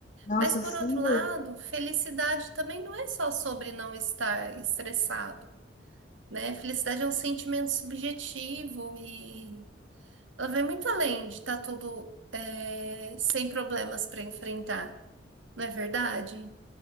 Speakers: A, on the left; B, on the right.
A: Nossa,
B: Mas por
A: sem
B: outro
A: dúvida.
B: lado, felicidade também não é só sobre não estar estressado, né? Felicidade é um sentimento subjetivo e ela vai muito além de estar tudo é, sem problemas para enfrentar, não é verdade?